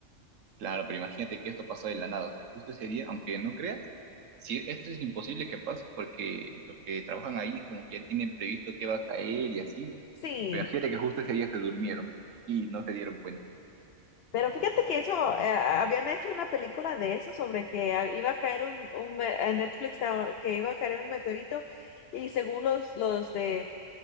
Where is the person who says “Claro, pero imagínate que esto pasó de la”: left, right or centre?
Right